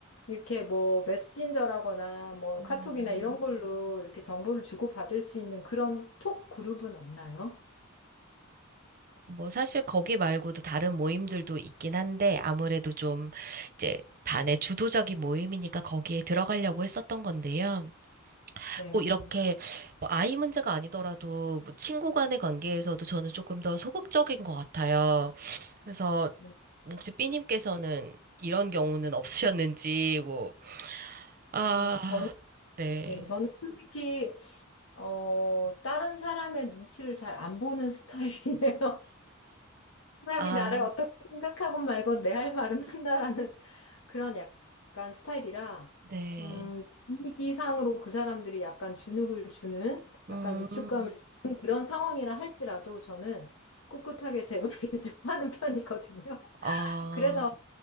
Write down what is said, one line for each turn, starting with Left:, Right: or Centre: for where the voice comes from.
Left: 이렇게 뭐 메신저라거나 뭐
Right: 음,
Left: 카톡이나 이런 걸로 이렇게 정보를 주고받을 수 있는 그런 톡 그룹은 없나요?
Right: 뭐, 사실 거기 말고도 다른 모임들도 있긴 한데, 아무래도 좀, 이제, 반의 주도적인 모임이니까 거기에 들어가려고 했었던 건데요.
Left: 네.
Right: 꼭 이렇게, 뭐 아이 문제가 아니더라도, 뭐 친구 간의 관계에서도 저는 조금 더 소극적인 것 같아요. 그래서,
Left: 네.
Right: 혹시 삐님께서는 이런 경우는 없으셨는지, 뭐, 아,
Left: 아, 저는,
Right: 네.
Left: 네, 저는 솔직히, 어, 다른 사람의 눈치를 잘 안 보는 <laughs> 스타일이네요. 사람이
Right: 아,
Left: 나를 어떻게 생각하건 말건 내 할 말은 한다라는 <laughs> 그런 약간 스타일이라
Right: 네.
Left: 음, 분위기상으로 그 사람들이 약간 주눅을 주는
Right: 음,
Left: 약간 위축감을 주는 그런 상황이라 할지라도 저는 꿋꿋하게 제 말을 <laughs> 좀 하는 편이거든요.
Right: 아,
Left: 그래서